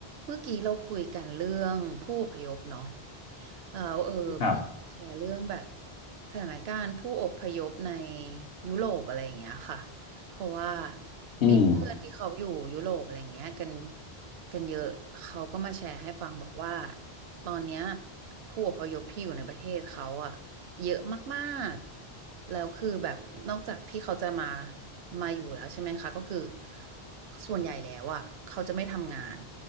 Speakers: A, on the right; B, on the left.
A: เมื่อกี้เราคุยกันเรื่องผู้อพยพเนาะแล้วเอออบอยากจะแชร์เรื่องแบบ
B: ครับ
A: สถานการณ์ผู้อพยพในยุโรปอะไรอย่างเงี้ยค่ะเพราะว่า
B: อืม
A: มีเพื่อนที่เขาอยู่ยุโรปอะไรอย่างเงี้ยกันกันเยอะเขาก็มาแชร์ให้ฟังบอกว่าตอนเนี้ยผู้อพยพที่อยู่ในประเทศเขาอะเยอะมากๆแล้วคือแบบนอกจากที่เขาจะมามาอยู่แล้วใช่ไหมคะก็คือส่วนใหญ่แล้วอะเขาจะไม่ทำงาน